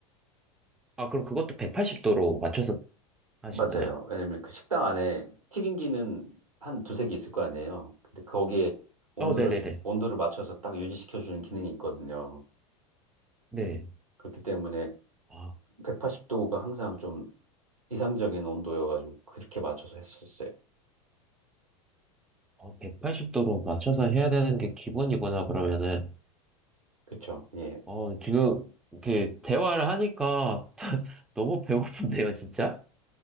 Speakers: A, in the centre; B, on the right.
A: 아, 그럼 그것도 180도로 맞춰서 하시나요?
B: 맞아요. 왜냐면 그 식당 안에 튀김기는 한 두세 개 있을 거 아니에요. 근데 거기에 온도를,
A: 어, 네네네.
B: 온도를 맞춰서 딱 유지시켜주는 기능이 있거든요.
A: 네.
B: 그렇기 때문에
A: 아,
B: 180도가 항상 좀 이상적인 온도여가지고 그렇게 맞춰서 했었어요.
A: 180도로 맞춰서 해야 되는 게 기본이구나, 그러면은.
B: 그쵸? 예.
A: 어, 지금, 이렇게, 대화를 하니까, <laughs> 너무 배고픈데요, 진짜?